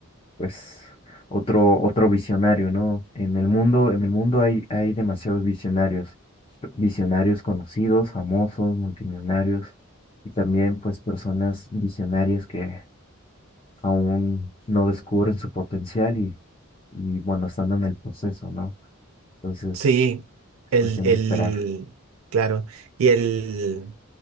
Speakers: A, on the left (about 25°); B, on the right (about 70°).
A: pues otro, otro visionario, ¿no? En el mundo, en el mundo hay, hay demasiados visionarios, visionarios conocidos, famosos, multimillonarios, y también pues personas visionarias que aún no descubren su potencial y, y bueno, están en el proceso, ¿no? Entonces,
B: Sí,
A: es
B: el,
A: cuestión
B: el,
A: de esperar.
B: claro, y el,